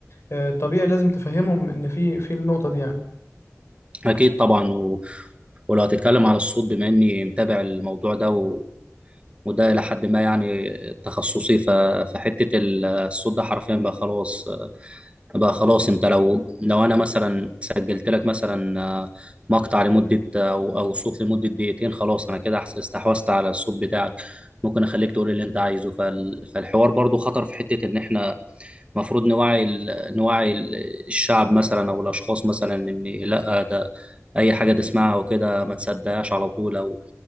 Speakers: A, on the left (about 65°); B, on the right (about 25°).
A: آه الطبيعي لازم تفهمهم ان في في النقطة دي يعني
B: اكيد طبعا و... ولو هتتكلم على الصوت بما اني متابع الموضوع ده و... وده الى حد ما يعني تخصصي ف... فحته الصوت ده حرفيا بقى خلاص بقى خلاص انت لو لو انا مثلا سجلت لك مثلا آه، مقطع لمده او او صوت لمده دقيقتين خلاص انا كده احس- استحوذت على الصوت بتاعك ممكن اخليك تقول اللي انت عايزه فال... فالحوار برضو خطر في حته ان احنا المفروض نوعي ال... نوعي ال- الشعب مثلا او الاشخاص مثلا ان لا ده اي حاجه تسمعها وكده ما تصدقهاش على طول او